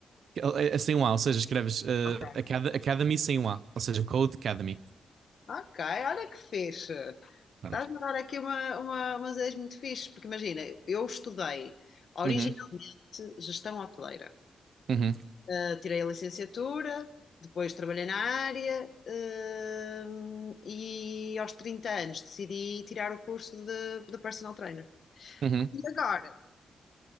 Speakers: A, on the right; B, on the left.
A: É, é sem um A, ou seja, escreves eh,
B: Ok.
A: Acad- Academy sem um A, ou seja, Code Academy.
B: Ok, olha que fixe.
A: Pronto.
B: Estás-me a dar aqui uma, uma, umas ideias muito fixe, porque imagina, eu estudei originalmente
A: Uhum,
B: gestão hoteleira.
A: uhum,
B: Uh, tirei a licenciatura, depois trabalhei na área, uh, e aos 30 anos decidi tirar o curso de, de personal trainer.
A: uhum,
B: E agora?